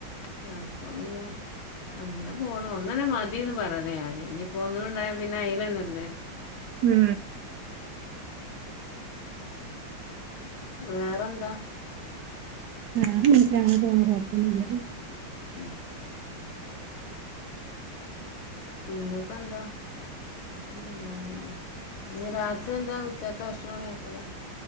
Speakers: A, on the left; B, on the right.
A: ആഹ് അപ്പൊ പിന്നെ അങ്ങനെ പോണ്. ഒന്നന്നെ മതിന്ന് പറയല ഞാന്. ഇനിയിപ്പോ ഒന്നും കൂടെ ഇണ്ടായ പിന്നെ അയ്ലന്നല്ലേ
B: ഉം
A: വേറെന്താ?
B: വേറെന്നുല്ല. അങ്ങനെ പോണ് കൊഴപ്പൊന്നൂല്ല.
A: ഉം പിന്നപ്പെന്താ? ഉം ഇനി രാത്രി എന്താ? ഉച്ചത്തെ ഭക്ഷണം കഴിക്കലാ